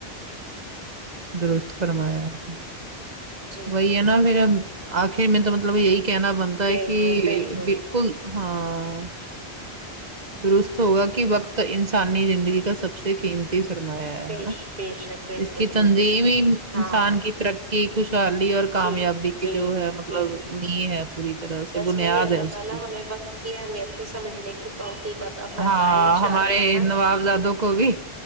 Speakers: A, on the right; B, on the right.
A: درست فرمایا آپ نے
B: جی
A: وہی ہے نا میرا مط آخر میں تو مطلب یہی کہنا بنتا ہے
B: بالکل
A: کہ
B: بالکل
A: کل ہاں درست ہوگا کہ وقت انسانی زندگی کا سب سے قیم صحیح فرمایا ہے
B: بیش
A: ہے نا
B: بے شک بالکل
A: اس کی
B: بالکل
A: تنظیم ہی
B: ہاں
A: انسان کی ترقی خوشحالی اور کامیابی
B: جی
A: کی
B: جی
A: جو ہے مطلب
B: بالکل
A: نی ہے پوری طرح
B: بس
A: سے بنیاد
B: وہی اللہ
A: ہے اس
B: تعالی
A: کی
B: ہمیں وقت کی اہمیت کو سمجھنے کی توفیق عطا فرمائے
A: ہاں
B: انشاءاللہ
A: ہمارے
B: ہے نا
A: نوابزادوں کو بھی